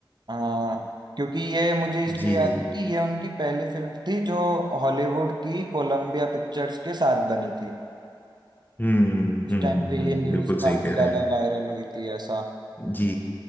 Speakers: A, on the right (about 60°); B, on the left (about 25°).
A: हाँ क्योंकि ये मुझे इसलिए
B: जी
A: याद है कि ये उनकी पहली फिल्म थी जो हॉलीवुड की कोलंबिया पिक्चर्स के साथ बनी थी
B: हम्म
A: उस
B: हम्म
A: टाइम पे ये
B: हम्म
A: न्यूज
B: बिल्कुल
A: काफी
B: सही कह
A: ज्यादा
B: रहे हैं
A: वायरल हुई थी ऐसा
B: जी